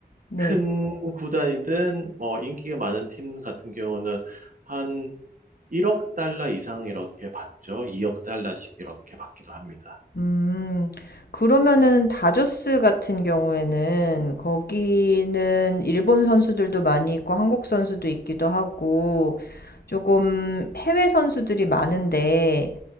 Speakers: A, on the left; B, on the right.
A: 네.
B: 큰 구단이든 뭐 인기가 많은 팀 같은 경우는 한 1억 달러 이상 이렇게 받죠. 2억 달러씩 이렇게 받기도 합니다.
A: 음, 그러면은 다저스 같은 경우에는 거기는 일본 선수들도 많이 있고 한국 선수도 있기도 하고 조금 해외 선수들이 많은데